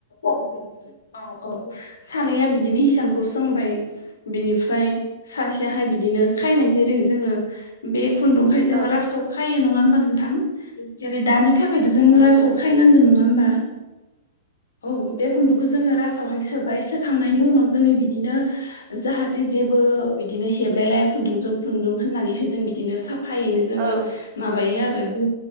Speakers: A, on the left; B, on the right.
A: औ औ सानैया बिदिनो हिसानखौ सोंबाय बिनिफ्राय सासेयाहाय बिदिनो खायनाय जेरै जोङो बे खुन्दुंखाय जोङो
B: औ
A: रासाव खायो नङा होमबा नोंथां जेरै दानो थाखाय थाखायथ' जों
B: नंगौ
A: रासोआव
B: नंगौ
A: खायनांगोन नङा हबा औ बे खुन्दुंखौ जोङो
B: नंगौ
A: रासोआव हाय सोबाय सोखांनायनि उनाव जोङो बिदिनो जाहाथे जेबो बिदिनो हेबलाय लाया खुन्दुंजों खुन्दुं होननानैहाय जों बिदिनो साफ फायैनो जोङो
B: ओं
A: माबायो आरो